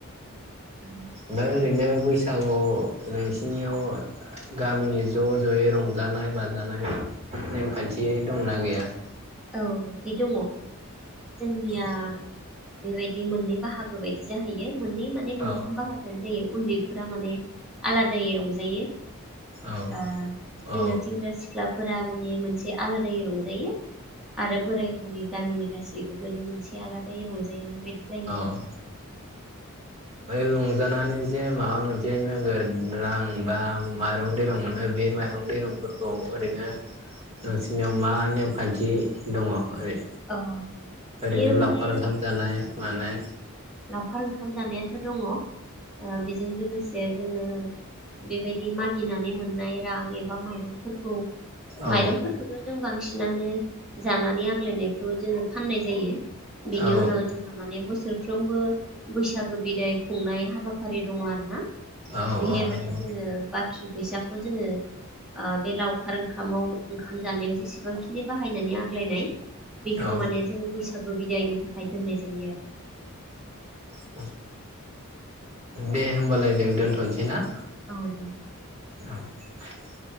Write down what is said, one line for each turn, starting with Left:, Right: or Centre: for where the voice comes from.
Centre: औ
Right: बा ओरैनो बैसागुआव नोंसिनियाव गामिनि ज' ज'यै रंजानाय बाजानाय नेमखान्थि दंना गैया
Centre: औ बे दङ जोंनिया
Right: औ
Centre: बेबायदि मोननै बाहागो बायदि जाहैयो मोननै माने मोनथाम
Right: औ
Centre: बाहागो जायो उन्दैफोरा माने आलादायै रंजायो
Right: औ
Centre: ओ
Right: औ
Centre: जोङो सेंग्रा सिख्लाफोरा माने मोनसे आलादायै रंजायो आरो बोराय बुरि गामिनि गासैबो माने मोनसे आलादायै रंजायो बेबायदि बिदि जायो
Right: ओमफ्राय
Centre: आरो
Right: रंजानानै जे माबा मोनसे नोगोर रां बा माइरं दैरं मोनो बे माइरं दैरंफोरखौ ओरैनो नोंसोरनियाव मा नेमखान्थि दङ ओरै
Centre: अ
Right: ओरैनो
Centre: बियो माने
Right: लावखार ओंखाम जानाय मानाय
Centre: खार ओंखाम जानायाथ' दङ ओ बेजों लोगोसे जोङो बेबायदि मागिनानै मोननाय रां एबा माइरंफोरखौ
Right: औ
Centre: माइरंफोरखौथ' जों बांसिन बांसिनानो जानानै आग्लायनाय खौ जोङो फाननाय जायो बिनि
Right: औ
Centre: उनाव जोंहा माने बोसोर फ्रोमबो बैसागो बिदाय खुंनाय हाबाफारि दङ आरो ना
Right: औ
Centre: बेहाय
Right: औ
Centre: माने
Right: नंगौ
Centre: जोङो बाथ फैसाखौ जोङो ओ बे लावखार ओंखामाव ओंखाम जानायाव जेसेबांखिनि बाहायनानै आग्लायनाय बेखौ
Right: औ
Centre: माने जोङो बैसागु बिदायनि थाखाय दोननाय जायो आरो
Right: औ दे होमबालाय जों दोनथनोसै ना
Centre: औ दे
Right: <inaudible>